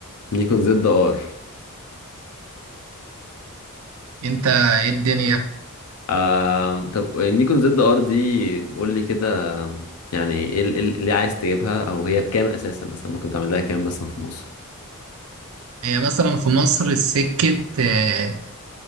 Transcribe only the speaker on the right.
انت ايه الدنيا
هي مثلا في مصر السكة آه،